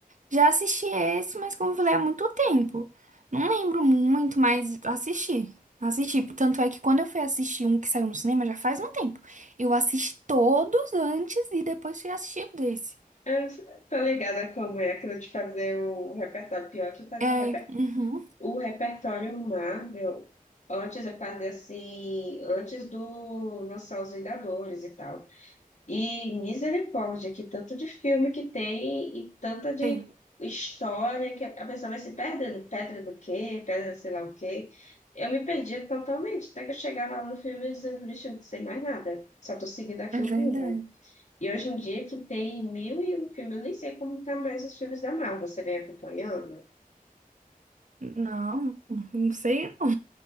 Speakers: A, on the right; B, on the left.
A: Já assisti esse, mas como eu falei, há muito tempo. Não lembro muito, mas assisti. Assisti. Tanto é que quando eu fui assistir um que saiu no cinema já faz um tempo. Eu assisti todos antes e depois fui assistir desse.
B: É, Tá ligada como é aquilo de fazer o repertório pior que fazer
A: É,
B: o, reper...
A: uhum,
B: o repertório Marvel. Antes eu fazia assim, antes do lançar os Vingadores e tal. E misericórdia, que tanto de filme que tem e tanta de
A: tem.
B: história que a pessoa vai se perdendo. Pedra do quê? Pedra sei lá o quê. Eu me perdia totalmente, até que eu chegava lá no filme dizendo, bicho, eu não sei mais nada, só tô seguindo aqui
A: É
B: o rumo.
A: verdade.
B: E hoje em dia que tem mil e um filme, eu nem sei como tá mais os filmes da Marvel, você vem acompanhando?
A: Não, não sei não.